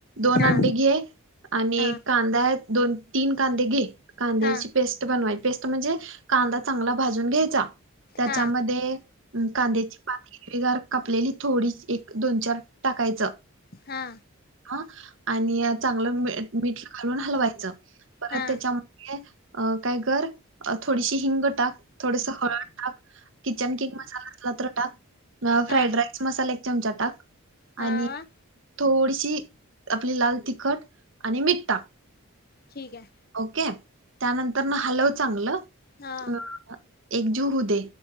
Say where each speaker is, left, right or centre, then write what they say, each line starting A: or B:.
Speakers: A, on the right (about 55°); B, on the left (about 40°).
A: दोन
B: हा
A: अंडे घे आणि
B: हा
A: कांदा आहे दोन तीनं कांदे घे कांद्याची
B: हा
A: पेस्ट बनवायची पेस्ट म्हणजे कांदा चांगला भाजूंन घ्यांयचा त्यांच्यामध्ये
B: हा
A: कांद्याची बारीक हीरवीगार पांत कापलेली थोडी एक दोन चार टाकायचं
B: हां
A: हां आणि चांगलं मिठ घालूंन हालवायचं परंत
B: हा
A: त्यांच्या अ कायं करं थोडीशी हिंग टांक थोडंसं हळंद टांक किचन किंग मसाला असलां तर टांक फ्राईड
B: हा
A: राईस किंग मसाला एक चमचा टांक
B: हा
A: आणि थोडीशी आपली लाल तिखंट आणि मिठ टांक
B: ठीक आहे
A: ओके त्यानंतर नां हलव चांगलं
B: हा
A: एकजीव होऊ दे